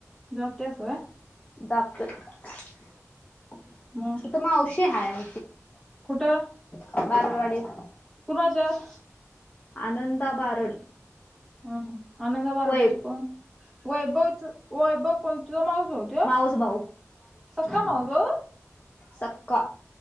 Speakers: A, in the centre; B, on the left.
A: जात्यास व्हय
B: जाप तिथं
A: मग
B: मावशी हाय <inaudible>
A: कुठं
B: बारडवाडीत
A: कोणाच्यात
B: आनंदा बारड
A: हां हअ्ं आनंदा बारड
B: वै
A: चे कोन वैभव च वैभव कोन मावस भाऊ त्यो
B: माऊस भाऊ
A: सख्खा मावस भाऊ!
B: सख्खा